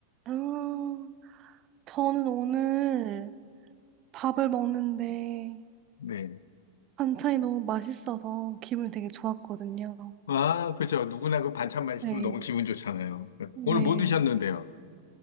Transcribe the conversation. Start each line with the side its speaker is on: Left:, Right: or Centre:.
Right: 아, 저는 오늘 밥을 먹는데
Left: 네.
Right: 반찬이 너무 맛있어서 기분이 되게 좋았거든요.
Left: 아, 그죠. 누구나 그 반찬 맛있으면
Right: 네.
Left: 너무 기분 좋잖아요. 네.
Right: 네.
Left: 오늘 뭐 드셨는데요?